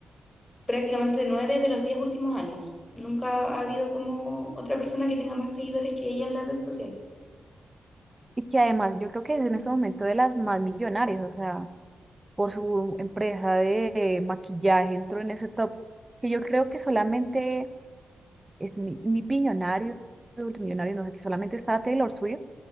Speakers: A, on the left; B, on the right.
A: prácticamente nueve de los diez últimos años. Nunca ha habido como otra persona que tenga más seguidores que ella en la red social.
B: Y que además yo creo que es en este momento de las más millonarias, o sea, por su empresa de maquillaje entró en ese top, que yo creo que solamente es mi, mi billonario, multimillonario, no sé, que solamente está Taylor Swift,